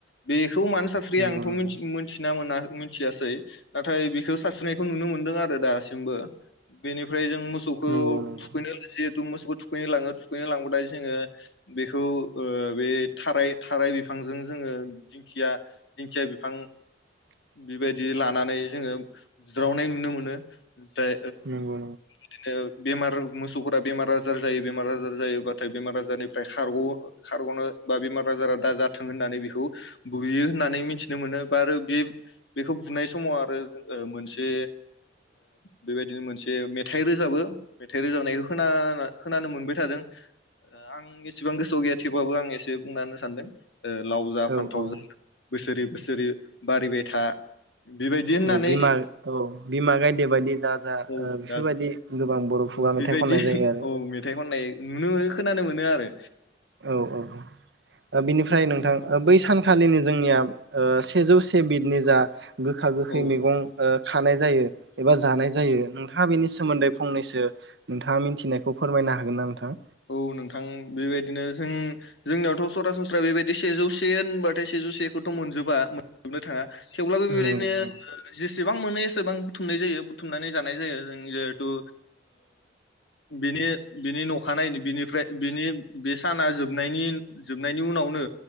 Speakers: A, on the left; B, on the right.
A: बेखौ मानो सास्रियो
B: नंगौ
A: आंथ'
B: नंगौ
A: मिथिना मोना मिथियासै नाथाय बेखौ सानस्रिनायखौ नुनो मोनदों आरो दासिमबो बेनिफ्राय जों मोसौखौ
B: नंगौ नंगौ
A: थुखैनो लांजि मोसौखौ थुखैनो लाङो थुखैनो लांबाथाय जोङो बेखौ ओ बे थाराय थाराय बिफां बिफांजों जोङो दिंखिया दिंखिया बिफां
B: <inaudible>
A: बेबायदि लानानै जोङो बुज्रावनाय नुनो मोनो। ओ जाय
B: नंगौ
A: बिदिनो बेमार मोसौफोरा बेमार आजार जायो बेमार आजार जायोबाथाय बेमार आजारनिफ्राय खारग खारग'नो बा बेमार आजारा दा जाथों होननानै बेखौ बुयो होननानै मिथिनो मोनो बा आरो बे बेखौ बुनाय समाव आरो मोनसे बेबायदिनो मोनसे मेथाइ रोजाबो मेथाइ रोजाबनायखौ खोना खोनानो मोनबाय थादों आं एसिबां गोसोआव गैया थेवब्लाबो आं एसे बुंना होनो सानदों लाव
B: नंगौ
A: जा फान्थाव
B: औ
A: जा बोसोरै बोसोरै बारिबाय था बेबायदि होननानै
B: औ बिमा औ बिमा गायदे बायदि दा जा ओ
A: औ
B: बेफोरबायदि
A: दा
B: गोबां बर' खुगा
A: औ
B: मेथाइ
A: बेबायदि
B: खननाय जायो आरो
A: औ मेथाइ खननाय नुनो मोनो खोनानो मोनो आरो
B: औ औ बिनिफ्राय नोंथां बै सानखालिनो जोंनिया सेजौ से बिदनि जा गोखा गोखै
A: औ
B: मैगं ओ खानाय जायो एबा जानाय जायो नोंथाङा बेनि सोमोन्दै फंनैसो नोंथाङा मिथिनायखौ फोरमायनो हागोन ना नोंथां?
A: औ नोंथां बेबायदिनो जों जोंनियावथ' सरासनस्रा बेबायदि सेजौसे होनबाथाय से जौ सेखौथ' मोनजोबा मोननोबो थाङा थेवब्लाबो बेबायदिनो
B: नंगौ नंगौ
A: जेसेबां मोनो एसेबां बां बुथुमनाय जायो बुथुमनानै जानाय जायो जों जहेथुनि ओ अखानायै नो बिनिफ्राय बिनि बे साना जोबनायनि जोबनायनि उनावनो